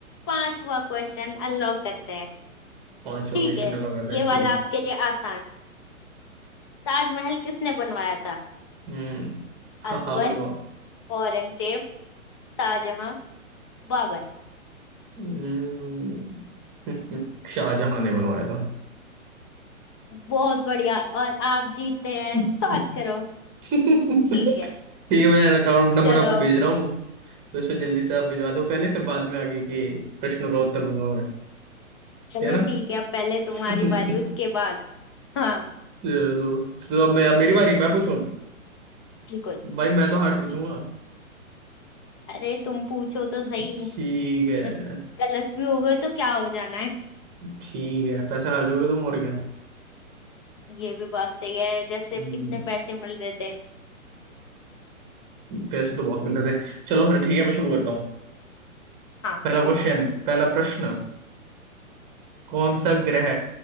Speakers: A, on the left; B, on the right.
A: पांचवा क्वेश्चन अनलॉक करते हैं
B: पांचवा
A: ठीक
B: क्वेश्चन
A: है
B: अलग आता है
A: ये
B: ठीक
A: वाला आपके लिए आसान ताजमहल किसने बनवाया था
B: हम्म हाँ
A: अकबर
B: हाँ मेरे को
A: औरंगजेब शाहजहां बाबर
B: हम्म <laughs> शाहजहां ने बनवाया था
A: बहुत बढ़िया और आप जीतते हैं
B: <laughs>
A: सात करोड़
B: ठीक
A: ठीक है
B: है मैं अकाउंट नंबर
A: चलो
B: आपको भेज रहा हूँ तो इसमें जल्दी से आप भिजवा दो पहले फिर बाद में आगे के प्रश्नों का उत्तर दूंगा मैं
A: चलो
B: है ना
A: ठीक है अब पहले तुम्हारी
B: <laughs>
A: बारी उसके बाद हाँ
B: चलो तो अब मैं अब मेरी बारी मैं पूछूं
A: बिल्कुल
B: भाई मैं तो हार्ड पूछूंगा
A: अरे तुम पूछो तो सही
B: ठीक है
A: बट गलत भी हो गए तो क्या हो जाना है
B: ठीक है पैसा हार जाओगे तुम और क्या
A: ये भी बात सही है जैसे
B: हम्म,
A: कितने पैसे मिल रहे थे
B: पैसे तो बहुत मिल रहे थे चलो फिर ठीक है मैं शुरू करता हूँ
A: हाँ
B: पहला
A: पूछो
B: क्वेश्चन पहला प्रश्न कौन सा ग्रह